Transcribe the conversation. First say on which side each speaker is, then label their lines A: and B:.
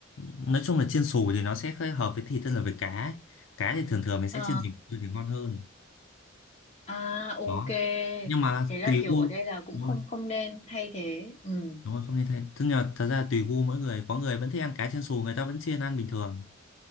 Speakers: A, on the left; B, on the left.
A: nói chung là chiên xù thì nó sẽ hơi hợp với thịt hơn là với cá cá thì thường thường mình sẽ
B: ờ
A: chiên dìm thì ngon hơn
B: à ok
A: đó nhưng mà
B: thế là
A: tùy
B: kiểu
A: gu
B: ở đây là cũng
A: đúng
B: không
A: rồi
B: không nên thay thế ừ
A: đúng rồi không nên thay tức là thật ra tùy gu mỗi người có người vẫn thích ăn cá chiên xù người ta vẫn chiên ăn bình thường